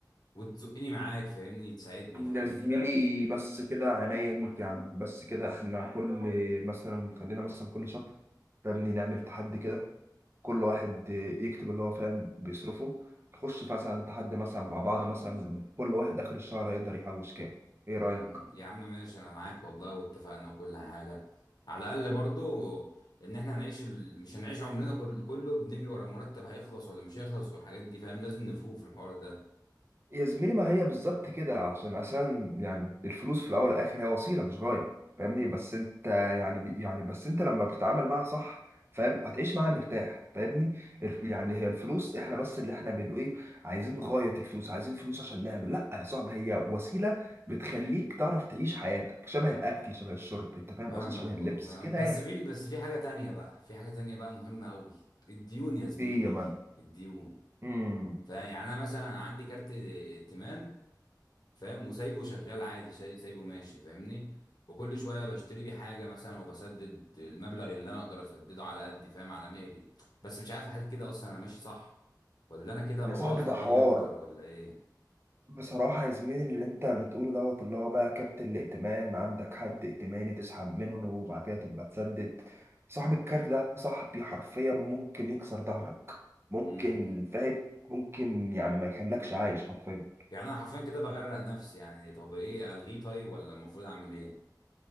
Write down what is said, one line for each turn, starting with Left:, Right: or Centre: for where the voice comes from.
Left: وتزقني معاك فاهمني تساعدني فاهمني
Right: يا زميلي بس كده عينيا ليك يعني بس كده احنا كل مثلا خلينا مثلا كل شهر فاهمني نعمل تحدي كده كل واحد يكتب اللي هو فاهم بيصرفه نخش مثلا تحدي مثلا مع بعض مثلا كل واحد آخر الشهر هيقدر يحوش كام ايه رأيك
Left: م- م. يا عم ماشي انا معاك والله واتفقنا وكل حاجه على الاقل برضو ان احنا هنعيش ال... مش هنعيش عمرنا كل- كله بنجري ورا المرتب هيخلص ولا مش هيخلص والحاجات دي فاهم لازم نفوق في الحوار ده
Right: يا زميلي ما هي بالظبط كده عشان عشان يعني الفلوس في الاول والاخر هي وسيله مش غايه فاهمني بس انت يعني بي- يعني بس انت لما بتتعامل معاها صح فاهم هتعيش معاها مرتاح فاهمني الف-
Left: امم
Right: يعني هي الفلوس احنا بس اللي احنا بنقول ايه عايزين غايه الفلوس عايزين فلوس عشان نعمل لا يا صاحبي هي وسيله بتخليك تعرف تعيش حياتك شبه الاكل شبه الشرب انت فاهم
Left: فاهمك
Right: قصدي شبه اللبس
Left: اه فاهم
Right: كده
Left: بس
Right: يعني
Left: في بس في حاجه تانية بقى في حاجه تانية بقى مهمه قوي الديون يا زميلي
Right: ايه يا مان
Left: الديون
Right: امم
Left: فيعني انا مثلا عندي كارت ائتمان فاهم وسايبه شغال عادي ساي- سايبه ماشي فاهمني وكل شويه بشتري بيه حاجه مثلا وبسدد المبلغ اللي انا اقدر اسدده على قدي فاهم على مهلي بس مش عارف هل كده اصلا انا ماشي صح ولا انا كده
Right: يا
Left: ببوظ
Right: صاحبي ده
Left: الدنيا
Right: حوار
Left: اكتر ولا ايه
Right: بصراحة يا زميلي اللي انت بتقوله دوت اللي هو بقى كارت الائتمان عندك حد ائتماني تسحب منه وبعد كده تبقى تسدد صاحب الكارت ده صاحبي حرفيا ممكن يكسر ظهرك ممكن
Left: امم إمم.
Right: فاهم ممكن يعني ما يخلكش عايش حرفيا
Left: يعني انا حرفيا كده بغرق نفسي يعني طب ايه الغيه طيب ولا المفروض اعمل ايه